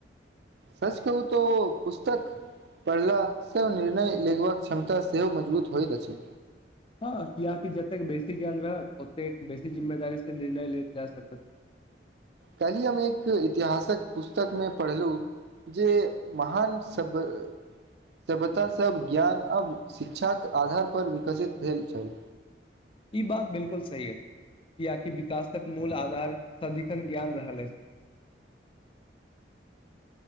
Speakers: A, on the right; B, on the left.
A: सच कहू तऽ ओ पुस्तक पढ़लाँ निर्णय लेगबाक क्षमता सेहो मजबूत होइत अछि।
B: हँ कियकि जतेक बेसी ज्ञान रहत ओतेक बेसी जिम्मेदारी से निर्णय ल जा सकत।
A: काल्हि हम एक इतिहासक पुस्तकमे पढ़लहुँ जे महान सभ्य सभ्यतासभ ज्ञान आब शिक्षाक आधारपर विकसित भेल छल।
B: ई बात बिलकुल सही अछि किआकि विकासक मूल आधार सदिखन ज्ञान रहल अछि।